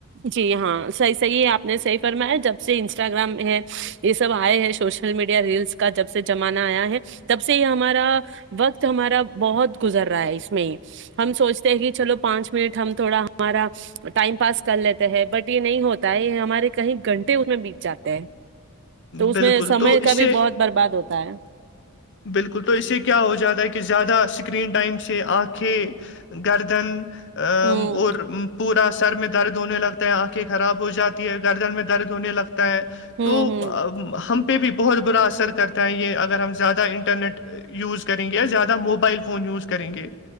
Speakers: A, on the right; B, on the left.
A: جی ہاں صحیح صحیح آپ نے صحیح فرمایا جب سے انسٹاگرام ہے یہ سب آئے ہیں سوشل میڈیا ریلس کا جب سے زمانہ آیا ہے تب سے یہ ہمارا وقت ہمارا بہت گزر رہا ہے اس میں ہم سوچتے ہیں کہ چلو پانچ منٹ ہم تھوڑا ہمارا ٹائم پاس کر لیتے ہیں بٹ یہ نہیں ہوتا ہے یہ ہمارے کہیں گھنٹے اس میں بیت جاتے ہیں تو اس
B: بالکل
A: میں سمے
B: تو
A: کا
B: اس سے
A: بھی بہت برباد ہوتا ہے
B: بالکل تو اس سے کیا ہو جاتا ہے کہ زیادہ اسکرین ٹائم سے آنکھیں گردن ام
A: ہوں
B: اور پورا سر میں درد ہونے لگا آنکھیں خراب ہو جاتی ہے گردن میں درد ہونے لگتا ہے
A: ہوں
B: تو
A: ہوں
B: ام، ہم پہ بھی بہت برا اثر کرتا ہے یہ اگر ہم زیادہ انٹرنیٹ یوز کریں گے یا زیادہ موبائل فون یوز کریں گے